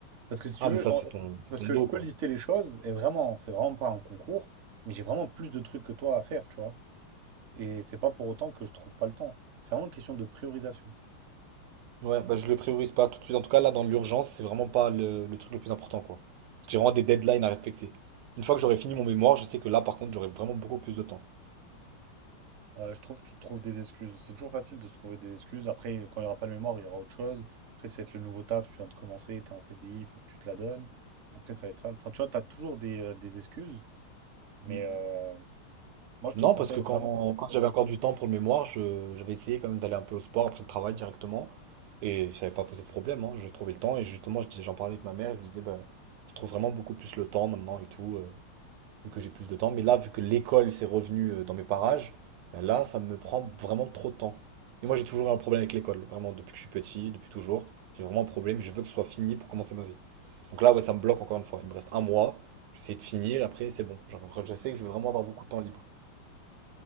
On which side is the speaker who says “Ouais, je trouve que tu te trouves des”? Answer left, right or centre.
Right